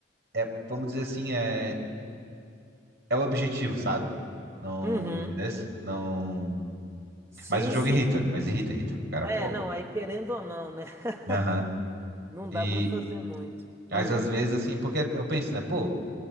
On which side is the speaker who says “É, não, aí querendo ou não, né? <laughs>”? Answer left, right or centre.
Right